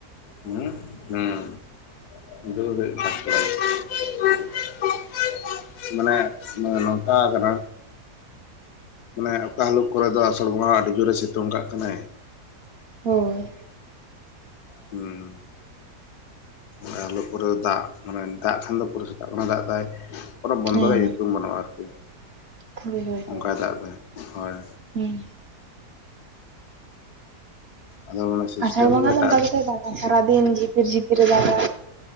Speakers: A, on the left (about 75°); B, on the right (about 60°).
A: <unintelligible> ᱢᱟᱱᱮ ᱱᱚᱝᱠᱟ ᱠᱟᱱᱟ ᱢᱟᱱᱮ ᱚᱠᱟ ᱦᱤᱞᱳᱜ ᱠᱚᱨᱮ ᱫᱚ ᱟᱥᱟᱲ ᱵᱚᱸᱜᱟ ᱟᱹᱰᱤ ᱡᱳᱨᱮ ᱥᱤᱛᱩᱝ ᱠᱟᱜ ᱠᱟᱱᱟᱭ ᱾
B: ᱦᱳᱭ᱾
A: ᱦᱩᱸᱢ ᱚᱠᱟ ᱦᱤᱞᱳᱜ ᱠᱚᱨᱮ ᱫᱟᱜ ᱢᱟᱱᱮ ᱫᱟᱜ ᱠᱷᱟᱱ ᱫᱚ ᱯᱚᱨᱟᱹ ᱥᱮᱛᱟᱜ ᱠᱟᱱᱟ ᱫᱟᱜ ᱫᱟᱭ <inaudible> ᱵᱚᱱᱫᱚ
B: ᱦᱮᱸ
A: ᱨᱮᱭᱟᱜ ᱧᱩᱛᱩᱢ ᱵᱟᱹᱱᱩᱜ-ᱟ ᱟᱨᱠᱤ
B: ᱦᱳᱭ ᱦᱳᱭ ᱦᱳᱭ
A: ᱚᱱᱠᱟᱭ ᱫᱟᱜ ᱫᱚ ᱦᱳᱭ᱾
B: <unintelligible>
A: ᱟᱫᱚ ᱚᱱᱟ ᱥᱤᱥᱴᱮᱢ
B: ᱟᱥᱟᱲ ᱵᱟᱝᱜᱟ
A: ᱜᱮ ᱮᱴᱟᱜ
B: ᱫᱚ ᱚᱱᱠᱟ ᱜᱮᱛᱭ ᱫᱟᱜᱟ ᱥᱟᱨᱟᱫᱤᱱ ᱡᱷᱤᱠᱤᱨ ᱡᱷᱤᱯᱤᱨ ᱮ ᱫᱟᱜᱟ᱾